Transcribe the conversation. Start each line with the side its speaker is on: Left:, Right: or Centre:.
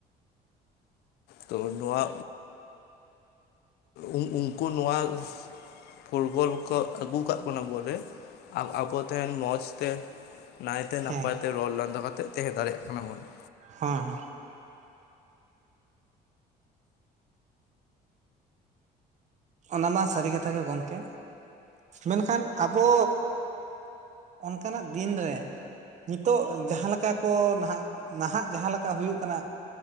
Left: ᱛᱚ ᱱᱚᱣᱟ ᱩᱱᱠᱩ ᱱᱚᱣᱟ ᱯᱷᱩᱨᱜᱟᱹᱞ ᱠᱚ ᱟᱹᱜᱩ ᱟᱠᱟᱫ ᱵᱚᱱᱟ ᱵᱚᱞᱮ ᱟᱵᱚ ᱛᱮᱦᱮᱧ ᱢᱚᱡᱽ ᱛᱮ ᱱᱟᱭᱛᱮ ᱱᱟᱯᱟᱭ
Right: ᱦᱮᱸ
Left: ᱛᱮ ᱨᱚᱲ ᱞᱟᱸᱫᱟ ᱠᱟᱛᱮ ᱛᱟᱦᱮᱸ ᱫᱟᱲᱮᱭᱟᱜ ᱠᱟᱱᱟ ᱵᱚᱱ ᱾
Right: ᱦᱮᱸ ᱚᱱᱟ ᱢᱟ ᱥᱟᱹᱨᱤ ᱠᱟᱛᱷᱟ ᱜᱮ ᱜᱚᱢᱠᱮ, ᱢᱮᱱᱠᱷᱟᱱ ᱟᱵᱚᱼ ᱚᱱᱠᱟᱱᱟᱜ ᱫᱤᱱ ᱨᱮ ᱱᱤᱛᱚᱜ ᱡᱟᱦᱟᱸ ᱞᱮᱠᱟ ᱠᱚ ᱱᱟᱦᱟᱜ ᱱᱟᱦᱟᱜ ᱡᱟᱦᱟᱸ ᱞᱮᱠᱟ ᱦᱩᱭᱩᱜ ᱠᱟᱱᱟ,